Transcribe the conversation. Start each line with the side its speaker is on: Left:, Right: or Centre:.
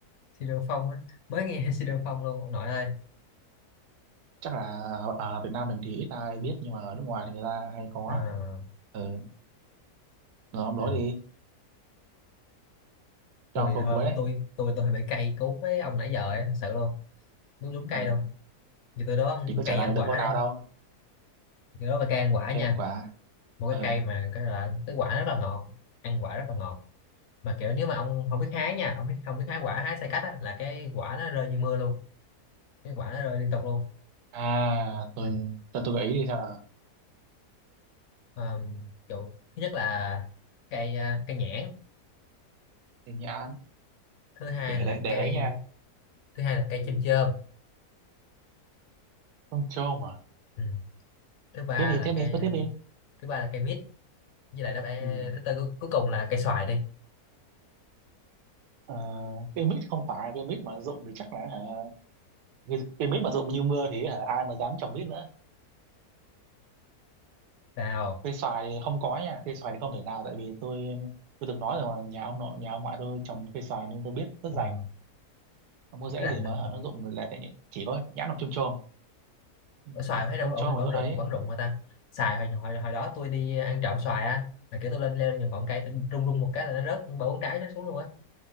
Left: siro phong á mới nghe <laughs> siro phong luôn ông nội ơi
Right: chắc là ở ở Việt Nam mình thì ít ai biết nhưng mà ở nước ngoài thì người ta hay có
Left: à,
Right: ừ rồi ông
Left: ừ.
Right: đó đi
Left: tôi
Right: cho ông câu
Left: thôi
Right: cuối đấy
Left: tôi tôi tôi hơi bị cay cú với ông nãy giờ ấy, thật sự luôn đúng đúng cay
Right: ừ
Left: luôn như tôi đoán
Right: thì có trả
Left: cây
Right: lời
Left: ăn
Right: được
Left: quả
Right: câu nào
Left: đây
Right: đâu
Left: tôi đó là cây ăn quả nha
Right: thế nên quả
Left: một
Right: ừ
Left: cái cây mà cái là cái quả rất là ngọt ăn quả rất là ngọt mà kiểu nếu mà ông không biết hái nha ông biết không biết hái quả hái sai cách á là cái quả nó rơi như mưa luôn cái quả nó rơi liên tục luôn
Right: à tôi
Left: ừ.
Right: cho tôi gợi ý đi sao nào
Left: Mà, kiểu, thứ nhất là cây à, cây nhãn
Right: thì nhãn
Left: thứ hai
Right: để
Left: là
Right: đấy để
Left: cây
Right: đấy nha
Left: thứ hai là cây
Right: ừ.
Left: chôm chôm
Right: con trâu mà
Left: ừ. thứ ba
Right: tiếp đi
Left: là
Right: tiếp đi
Left: cây
Right: cứ tiếp đi
Left: thứ ba là cây mít với lại đáp án
Right: ừ.
Left: thứ tư cuối, cuối cùng là cây xoài đi
Right: Ờ, pyramid không phải cây mít mà rụng thì chắc là hả Vì pyramid mà rụng như mưa thì hả ai mà dám trồng mít nữa
Left: sao
Right: cây xoài thì không có nha cây xoài thì không thể nào tại vì tôi tôi từng nói rồi mà nhà ông nội nhà ông ngoại tôi trồng cây xoài nên tôi biết rất rành
Left: à,
Right: không có
Left: rất
Right: dễ
Left: rành
Right: gì
Left: luôn
Right: mà hả nó rụng là tại chỉ có nhãn hoặc chôm chôm Ừ,
Left: Ủa, xoài thấy đâu
Right: chôm
Left: vẫn
Right: chôm
Left: vẫn
Right: mà tôi
Left: rụng
Right: thấy
Left: vẫn rụng mà ta xoài hồi, hồi hồi đó tôi đi ăn trộm xoài á là kiểu tôi lên leo lên những ngọn cây tôi rung rung một cái là nó rớt ba bốn trái rớt xuống luôn á